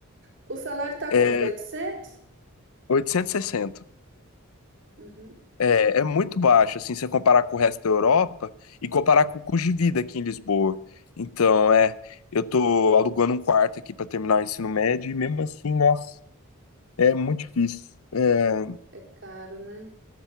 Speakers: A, on the right; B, on the left.
A: O salário tá quanto?
B: É
A: 860?
B: 860.
A: Uhum.
B: É, é muito baixo, assim, se você comparar com o resto da Europa e comparar com o custo de vida aqui em Lisboa. Então, é, eu tô alugando um quarto aqui para terminar o ensino médio e mesmo assim, nossa, é muito difícil. É,
A: É caro, né?